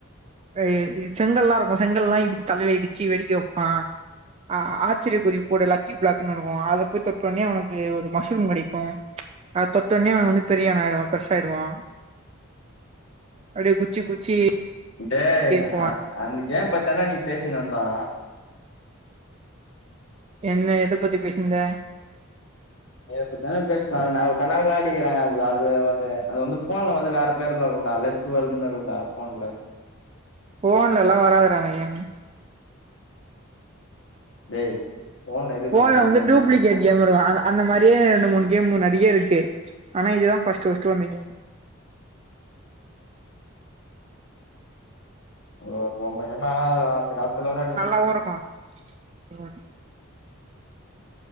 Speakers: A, on the right; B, on the left.
A: அ இ செங்கல்லா இருக்கு செங்கல்லா இடிச் தலைல இடிச்சி வெடிக்க வெப்பா. ஆ ஆச்சரிய குறி போடு லக்கி பிளாக்ன்னு இருக்கு அத போய் தொட்டொன்னே அவுனக்கு ஒரு மஷ்ரூம் கெடைக்கு. அத தொட்டொன்னே அவ வந்து பெரிய ஆனாய்டுவா பெருசாய்டுவா. அப்டே குச்சி குச்சி
B: டேய்
A: போவான்
B: அ அந் கேம் பத்தான அன்னிக் பேசினிந்தோ.
A: என்ன எத பத்தி பேசின்ந்த?
B: இத பத்தான பேசுன அது நா ஒருத்தனா விளாடிக்கிறே அது அது வந்து அது வந்து ஃபோன்ல வந்து வேற பேருல இருக்குண்டா லெ க்ஸ்வல்டுனு இருக்குண்டா ஃபோன்ல.
A: ஃபோன்ல எல்லா வராதுடா இந்த கேமு.
B: டேய் இருக்குது
A: ஃபோன்ல
B: அந்த மாரி
A: வந்து
B: கேம்லா
A: டூப்ளிகேட்
B: நீ சொல்றது
A: கேம் இருக்கு அதா அந்த மாரியே ரெண்டு மூணு கேம் நெறிய இருக்கு ஆனா இது தா ஃபஸ்ட்டு ஃபஸ்ட்டு வந்த கேம்.
B: ஓ பொம்ம கிம்ம ஆனா அது அந்த காலத்துல விளையாடிரு
A: டோருக்கு. ம்.